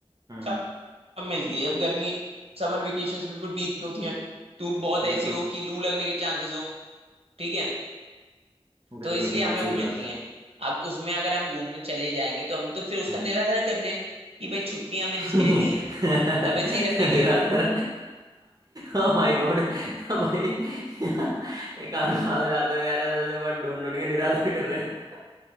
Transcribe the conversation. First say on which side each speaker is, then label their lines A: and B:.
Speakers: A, on the right (about 40°); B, on the right (about 75°).
A: हम्म,
B: कब मिलती है जब गर्मी समर वेकेशंस बिल्कुल पीक पे होती हैं तो बहुत
A: बिल्कुल
B: ऐसी हो कि लू लगने के चांसेस हो ठीक है
A: बिल्कुल
B: तो इसलिए
A: बिल्कुल
B: हमें वो
A: सही
B: मिलती
A: बात है
B: हैं अब उसमें अगर हम घूमने चले जाएंगे तो हम तो फिर उसका
A: हम्म
B: निरादर कर रहे हैं कि भाई छुट्टियां हमें
A: <laughs>
B: जिसके लिए दी हैं तबीयत सही रखने के
A: निराधार
B: लिए
A: Oh my god भाई ये काम कहाँ से लाते हो यार ऐसे वर्ड ढूंढ ढूंढ के निराधार कर रहे हैं